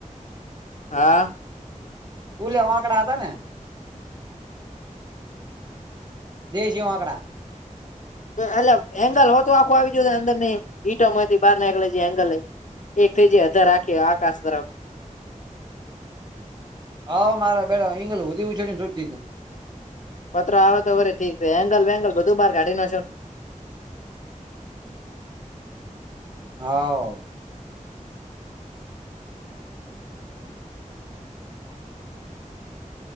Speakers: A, on the left; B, on the right.
A: હા.
B: ઉલ આકડા હતા ને, દેશ આકડા.
A: અલા એટલે એંગલ હો તો આખું આવી જય અંદર ની ઇંટો માંથી બહાર જે એંગલ એક થઈ જ ધાર રાખી આકાશ તરફ
B: અ મારા બેડા અહી ગધી ઉછોડી ને તો દીધું
A: પતરા આવે તો વળી ઠીક એંગલ વેંગલ બધું બહાર કાઢી છું
B: હા